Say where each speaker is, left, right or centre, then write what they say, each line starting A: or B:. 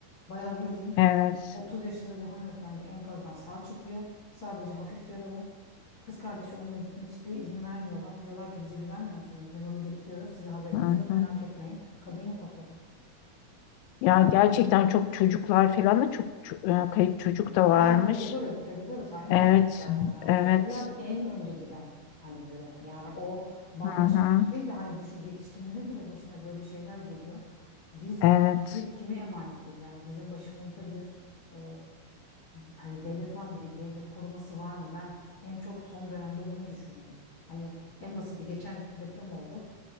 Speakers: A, on the left; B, on the left.
A: Bayağı bildiğin
B: evet.
A: 30 yaşında bir hanımefendi enkazdan sağ çıkıyor. Sadece hafif yaralı. Kız kardeşi onunla gitmek istiyor. İzin vermiyorlar. Diyorlar ki bize güvenmiyor musunuz? Biz onu götürüyoruz. Size haber edeceğiz.
B: Hı
A: Merak
B: hı.
A: etmeyin. Kadın yok ortada.
B: Ya gerçekten çok çocuklar falan da çok ço- e, kayıp çocuk
A: Yani
B: da
A: Yani.
B: varmış.
A: çocukları çocukları saymıyorum
B: Evet,
A: zaten. Yani
B: evet.
A: çocuklar en önce giden hani güruh. Yani o bambaşka
B: Hı hı.
A: bir şey de hani düşün yetişkinlerin bile başına böyle şeyler geliyor. Biz
B: Evet.
A: biz kime emanetiz? Yani bizim başımızda bir e, hani devlet var mı? Bir devlet koruması var mı? Ben en çok son dönemde bunu düşünüyorum. Hani en basiti geçen deprem oldu.